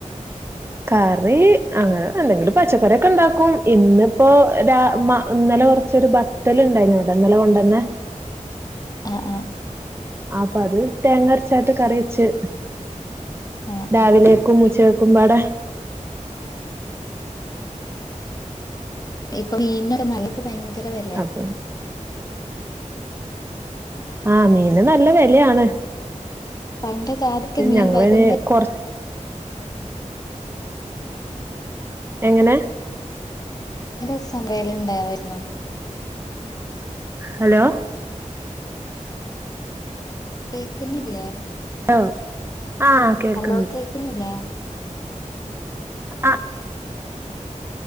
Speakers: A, on the right (about 20°); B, on the left (about 30°).
A: കറി അങ്ങനെ എന്തെങ്കിലും പച്ചക്കറിയോക്കെ ഇണ്ടാക്കും ഇന്നിപ്പോ രാ മ ഇന്നലെ കോറച്ചോരു ത്തല് ഇണ്ടായിന്നിവിടെഇന്നലെ കൊണ്ടന്നെ
B: ആഹ് ആഹ് ആഹ്
A: അപ്പൊ അത് തേങ്ങ അരച്ചായിട്ട് കറി വെച്ച്
B: ആഹ്
A: രാവിലേക്കും
B: ആഹ്
A: ഉച്ചേക്കേക്കുമ്പാടെ
B: ഇപ്പൊ മീനിനെക്ക്നല്ലക്ക്‌ ഭയങ്കര വെല്യാ
A: അപ്പൊ ആഹ് മീന് നല്ല വെലയാണ്
B: പണ്ടക്ക്‌ ആദ്യോക്കെ കാല മീൻ
A: ഞങ്ങളിന്
B: വരുന്ന
A: കൊറ എങ്ങനെ
B: ഇന്നലെ സബേൽ ഇണ്ടായിരുന്നോ
A: ഹലോ
B: കേക്കുന്നില്ലേ
A: ഹലോ ആഹ് കേൾക്കുന്നു
B: ഹലോ കേക്കുന്നില്ലേ
A: ആഹ്